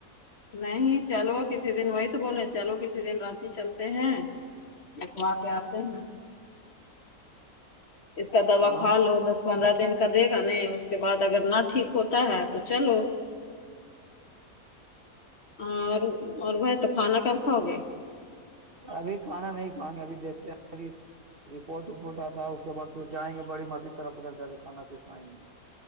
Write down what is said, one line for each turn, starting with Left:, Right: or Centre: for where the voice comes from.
Left: نہیں چلو کسی دن وی تو بول چلو کسی ک دن رانچی چلتے ہیں لوا کے آتے ہیں اس کا دوا
Right: سمجھ
Left: کھا لو دس پندرہ دن کا دے گا نہیں اس کے بعد اگر نہ ٹھیک ہوتا ہے تو چلو ہاں اور اور بھائی تو کھانا کب کھاؤ گے
Right: ابھی کھانا نہیں کھائیں گے ابھی دیکھتے ہیں اھی رپورٹ وپورٹ آتا ہے اس کے بع پھر جائیں گےڑی مرضی طرف ادھر ج کے کانا پھر کھائیں گے